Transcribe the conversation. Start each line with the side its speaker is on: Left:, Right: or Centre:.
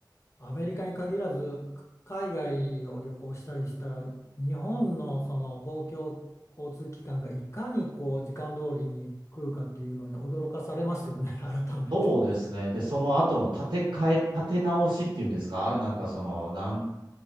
Left: アメリカに限らず、か海外を旅行したりしたら、日本のその公共交通機関がいかにこう時間通りに来るかっていうのに驚かされますよね、<laughs> 改めて。
Right: そうですね。で、その後の建て替え、建て直しっていうんですかなんかその、なん、